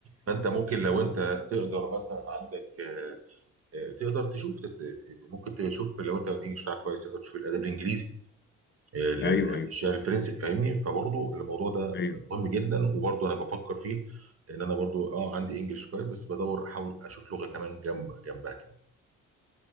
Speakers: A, on the right (about 40°); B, on the left (about 30°).
A: فانت ممكن لو انت تقدر مثلا عندك آه، آه، تقدر تشوف تت- ممكن تشوف لو انت الانجليش بتاعك كويس تقدر تشوف الادب الانجليزي آه، ال-
B: أيوه
A: ال-
B: أيوه
A: الشعر الفرنسي فاهمني فبرضه الموضوع ده
B: أيوه
A: مهم جدا وبرضه انا بفكر فيه لان انا برضه اه عندي انجليش كويس بس بدور احاول اشوف لغه كمان جنب جنبها كمان